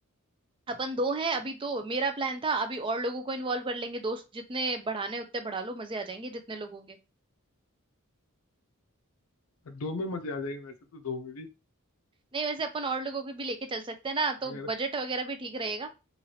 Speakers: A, on the right; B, on the left.
A: अपन दो हैं अभी तो मेरा प्लान था अभी और लोगों को इन्वॉल्व कर लेंगे दोस्त जितने बढ़ाने उतने बढ़ा लो मजे आ जाएंगे जितने लोग होंगे
B: दो में मजे आ जाएंगे वैसे तो दो में भी
A: नहीं वैसे अपन और लोगों को भी लेके चल सकते हैं ना तो
B: अगर
A: बजट वगैरह भी ठीक रहेगा